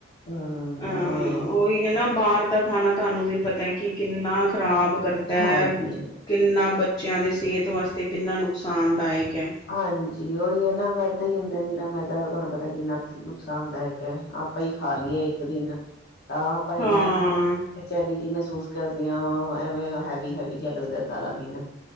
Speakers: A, on the left (about 50°); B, on the left (about 20°).
A: ਹਮ
B: ਅਹ
A: ਹੋਰ
B: ਉਹੀ ਕਿ ਨਾ ਬਾਹਰ ਦਾ ਖਾਣਾ ਤੁਹਾਨੂੰ ਵੀ ਪਤਾ ਏ ਕਿ ਕਿੰਨਾ ਖ਼ਰਾਬ ਕਰਦਾ
A: ਹਾਂਜੀ
B: ਐ। ਕਿੰਨਾ ਬੱਚਿਆਂ ਦੇ ਸਿਹਤ ਵਾਸਤੇ ਕਿੰਨਾ ਨੁਕਸਾਨਦਾਇਕ ਐ।
A: ਹਾਂਜੀ ਉਹੀ ਐ ਨਾ ਮੈਦਾ ਹੀ ਹੁੰਦਾ ਨੀਰਾ ਮੈਦਾ ਤੁਹਾਨੂੰ ਪਤਾ ਕਿੰਨਾ ਨੁਕਸਾਨਦਾਇਕ ਐ ਆ ਆਪ ਹੀ ਖਾ ਲਈਏ ਇੱਕ ਦਿਨ ਤਾਂ ਆਪਾਂ
B: ਹਾਂ
A: ਏਨਾ ਬੇਚੈਨੀ ਜੀ ਮਹਿਸੂਸ ਕਰਦਿਆਂ ਐਵੇਂ ਹੈਵੀ, ਹੈਵੀ ਜਿਹਾ ਲੱਗਦਾ ਸਾਰਾ ਦਿਨ।